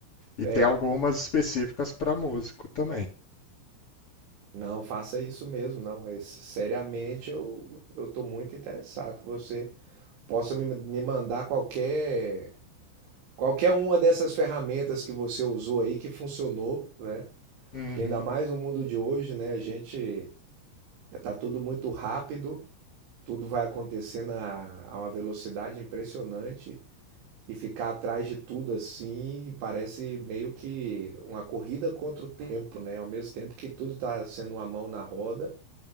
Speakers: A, on the left (about 35°); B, on the right (about 65°).
A: e
B: É,
A: tem algumas específicas para músico também.
B: não faça isso mesmo, não. É, seriamente, eu eu estou muito interessado que você possa me, me mandar qualquer qualquer uma dessas ferramentas que você usou aí que funcionou, né?
A: Uhum.
B: Porque ainda mais no mundo de hoje, né? A gente é, tá tudo muito rápido, tudo vai acontecendo a, a uma velocidade impressionante e ficar atrás de tudo assim parece meio que uma corrida contra o tempo, né? Ao mesmo tempo que tudo tá sendo uma mão na roda,